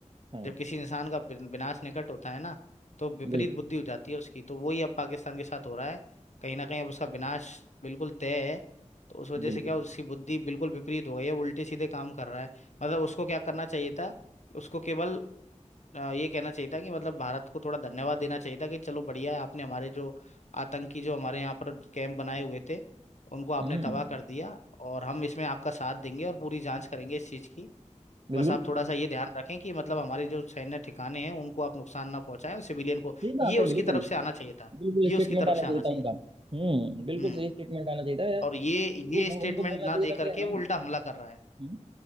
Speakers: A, on the right (about 45°); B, on the left (about 65°).
A: हाँ
B: जब किसी इंसान का विन- विनाश निकट होता है ना तो विपरीत
A: बिल्कुल
B: बुद्धि हो जाती है उसकी तो वही अब पाकिस्तान के साथ हो रहा है कहीं ना कहीं अब उसका विनाश बिल्कुल तय है तो उस वजह
A: बिल्कुल
B: से क्या उसकी बुद्धि बिल्कुल विपरीत हो गई है उल्टे सीधे काम कर रहा है मतलब उसको क्या करना चाहिए था उसको केवल अ, ये कहना चाहिए था कि मतलब भारत को थोड़ा धन्यवाद देना चाहिए था कि चलो बढ़िया है आपने हमारे जो आतंकी जो हमारे यहाँ पर कैंप बनाए हुए थे उनको आपने
A: हम्म
B: तबाह कर दिया और हम इसमें आपका साथ देंगे और पूरी जांच करेंगे इस चीज़ की
A: बिल्कुल
B: बस आप थोड़ा सा ये ध्यान रखें कि मतलब हमारे जो सैन्य ठिकाने हैं उनको आप नुकसान ना पहुंचाएं सिविलियन को
A: सही बात
B: ये उसकी
A: है बिल्कुल
B: तरफ से आना चाहिए था
A: बिल्कुल
B: ये
A: स्टेटमेंट
B: उसकी तरफ
A: आना
B: से
A: चाहिए
B: आना चाहिए
A: था उनका
B: था
A: हम्म बिल्कुल
B: हम्म
A: सही स्टेटमेंट आना चाहिए था
B: और ये
A: वो
B: ये
A: वो-
B: स्टेटमेंट
A: उनको बोलना चाहिए
B: ना दे
A: था
B: करके
A: कि हम
B: वो उल्टा हमला कर रहा है
A: हम्म,